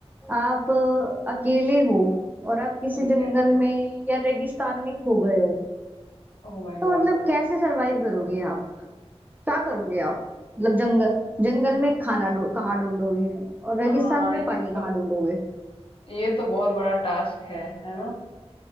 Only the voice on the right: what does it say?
आप अ, अकेले हो और आप किसी
जंगल
में या रेगिस्तान में खो गए हो
तो मतलब कैसे सरवाइव करोगे आप क्या करोगे आप मतलब जंगल जंगल में खाना ढू कहाँ ढूंढोगे और रेगिस्तान
में
पानी कहाँ
ढूंढोगे